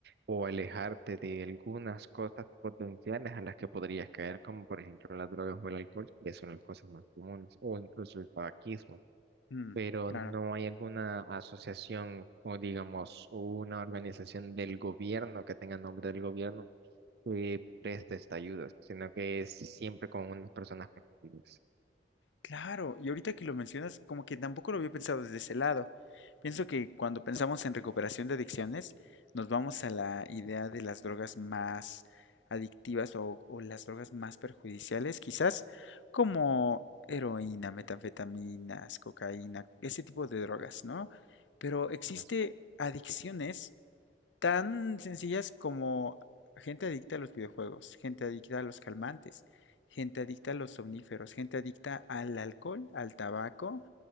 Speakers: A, on the right; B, on the left.
A: o alejarte de algunas cosas potenciales a las que podrías caer, como por ejemplo las drogas o el alcohol, que son las cosas más comunes, o incluso el tabaquismo
B: mm,
A: pero
B: claro.
A: no hay alguna asociación o digamos una organización del gobierno que tenga nombre del gobierno que preste esta ayuda, sino que es siempre con unas personas particulares.
B: Claro, y ahorita que lo mencionas, como que tampoco lo había pensado desde ese lado. Pienso que cuando pensamos en recuperación de adicciones, nos vamos a la idea de las drogas más adictivas o, o las drogas más perjudiciales, quizás como heroína, metanfetaminas, cocaína, ese tipo de drogas, ¿no? Pero existe
A: Entonces,
B: adicciones tan sencillas como gente adicta a los videojuegos, gente adicta a los calmantes, gente adicta a los somníferos, gente adicta al alcohol, al tabaco,